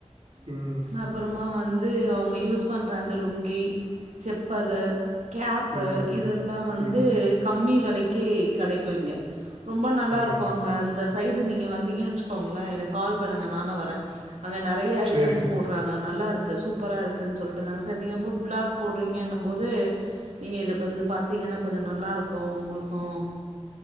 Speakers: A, on the right (about 55°); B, on the right (about 85°).
A: ம்
B: அப்பறமா வந் து அவங்க யூஸ் பண்ற அந்த லுங்கி, செப்பலு கேப்பு
A: ம்
B: இதெல்லா வந்து
A: ம்
B: கம்மி வெலைக்கி கெடைக் இருக்குங்க ரொம்ப நல்லா
A: ம்
B: இருக்கும் அங்க அந்த சைடு நீங்க வந்தீங்கன்னு வச்சுக்கோங்களேன் எனக்கு கால் பண்ணுங்க நானும் வரேன் அங்க நிறைய
A: சரிங்கக்கா
B: ஐட்டம் போடுறாங்க
A: சரி.
B: நல்லா இருக் சூப்பராக இருக்குதுன்னு சொல்லிட்டுருந்தாங்க சார் நீங்கள் ஃபுட் பிளாக் போடுறீங்கங்க போது நீங்கள் இ இப் வந்து பார்த்தீங்கன்னா கொஞ்சம் நல்லாயிருக்கும் உங்களுக்கும்